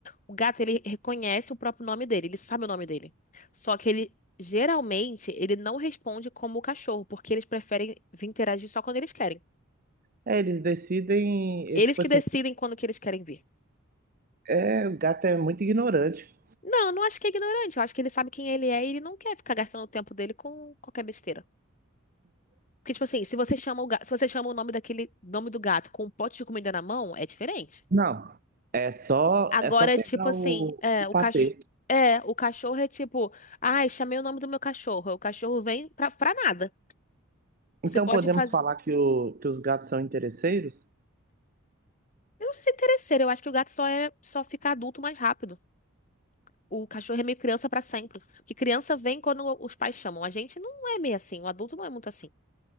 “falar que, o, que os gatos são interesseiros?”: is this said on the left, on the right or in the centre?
Right